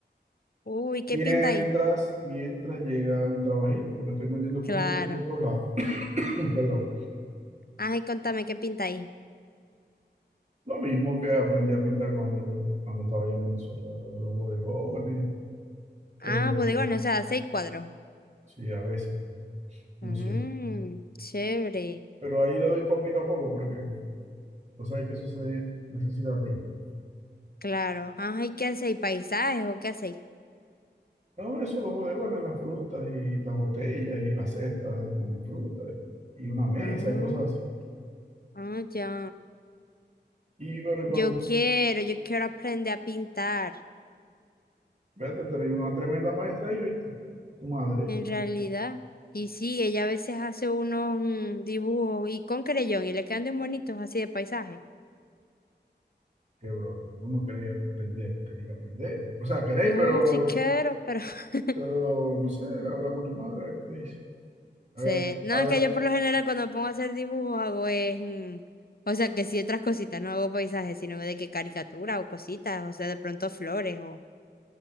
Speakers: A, on the left; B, on the right.
A: Uy, ¿qué
B: Mientras,
A: pintáis?
B: mientras llega un trabajito, porque estoy metiendo currículum
A: Claro.
B: por todos lados. <clears throat> Perdón.
A: Ay, contame, ¿qué pintáis?
B: Lo mismo que aprendí a pintar cuando, cuando estaba allá en Venezuela, los bodegones.
A: Ah,
B: eh,
A: bodegones, o sea, seis cuadros.
B: Sí, a veces, no
A: Mmm,
B: siempre.
A: chévere.
B: Pero ahí le doy poquito a poco porque, o sea, hay que suceder, necesita tiempo.
A: Claro. Ajá, ¿y ¿qué hacéis? ¿Paisajes o qué hacéis?
B: No, eso, los bodegones, las frutas y las botellas y las cestas de- con fruta y, y una mesa
A: Ah,
B: y cosas así.
A: ah, ya.
B: Y bueno, y cuando,
A: Yo quiero, yo quiero aprender a pintar.
B: fíjate, tenés una tremenda maestra ahí, ¿viste? Tu madre,
A: En realidad, y sí, ella a veces hace unos mm, dibujos y con creyón y le quedan bien bonitos así de paisaje.
B: qué broma. Vos no quería aprender, tenía que aprender. O sea, queréis,
A: No,
B: pero,
A: si quiero, pero <laughs>
B: pero, no sé, habla con tu madre, a ver qué te dice. Haga-
A: sé. No,
B: haga-
A: es que yo por lo general cuando me pongo a hacer dibujos hago es, mm, o sea, que sí otras cositas, no hago paisajes, sino de que caricatura o cositas, o sea, de pronto flores o...